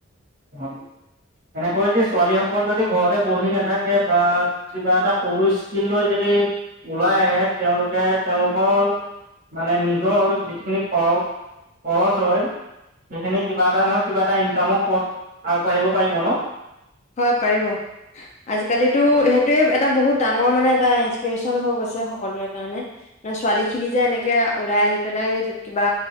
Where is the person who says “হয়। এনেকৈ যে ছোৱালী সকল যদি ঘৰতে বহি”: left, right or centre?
Right